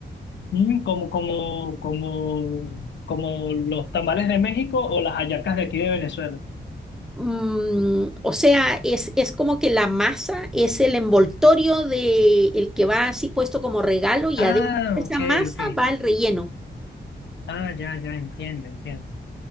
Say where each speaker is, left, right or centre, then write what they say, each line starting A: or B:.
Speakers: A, on the left; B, in the centre.
A: mm, como, como, como, como los tamales de México o las hallacas de aquí de Venezuela.
B: Mm, o sea, es, es como que la masa es el envoltorio de el que va así puesto como regalo y
A: Ah,
B: adentro de esa
A: ok,
B: masa
A: ok.
B: va el relleno,
A: Ah, ya, ya, entiendo, entiendo.